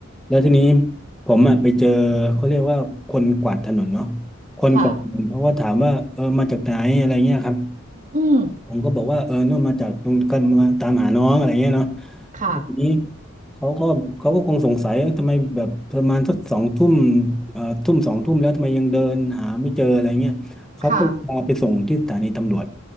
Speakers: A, in the centre; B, on the right.
A: แล้วทีนี้ผมอ่ะไปเจอเขาเรียกว่าคนกวาดถนนเนาะคนกวาดถนนเขาก็ถามว่าเออมาจากไหนอะไรเงี้ยครับ
B: ค่ะอืม
A: ผมก็บอกว่าเออนู่นมาจากตรงกันมาตามหาน้องอะไรเงี้ยเนาะ
B: ค่ะ
A: แล้วทีนี้เขาก็เขาก็คงสงสัยเอ้ยทำไมแบบประมาณสักสองทุ่มเอ่อทุ่มสองทุ่มแล้วทำไมยังเดินหาไม่เจออะไรเงี้ยเขาก็พาไปส่งที่สถานีตำรวจ
B: ค่ะ